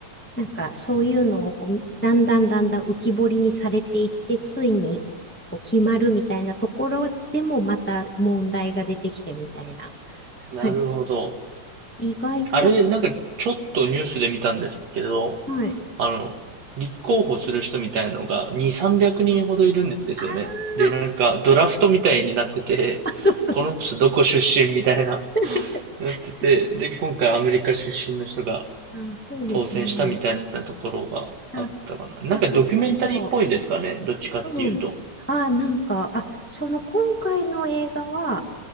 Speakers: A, in the centre; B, on the right.
A: なんかそういうのをこうだんだんだんだん浮き彫りにされていって、ついにこう決まるみたいなところでもまた問題が出てきてみたいな。
B: なるほど。
A: はい。意外と、
B: あれ、なんかちょっとニュースで見たんですけど、
A: はい。
B: あの、立候補する人みたいなのが2、300人ほどいるんですよね。
A: あー
B: で、なんかドラフトみたいになってて、
A: あ、そうそうそう。
B: この人どこ出身みたいな、
A: <laughs>
B: なってて、
A: そう
B: で、今回アメリカ出身の人が
A: あ、そうですね。
B: 当選したみたいなところがあったかな。
A: あ、そあ、
B: なんかドキュメンタリーっぽいですかね。
A: そうそうそ
B: どっちかっていうと。
A: う。うん。あ、なんか、あ、その今回の映画は、